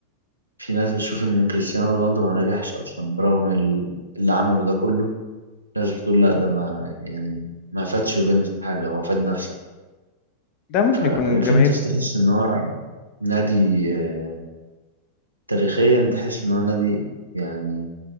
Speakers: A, on the right; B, on the left.
A: في ناس بتشوف إن كريستيانو رونالدو ما نجحش أصلا برغم ال- اللي عمله ده كله ناس بتقول لأ ده ما يعني ما فادش يوفنتوس بحاجة هو فاد نفسه
B: ده ممكن
A: فيوفنتوس
B: يكون جماهير
A: تحس ان هو نادي آه، تاريخيا تحس ان هو نادي يعني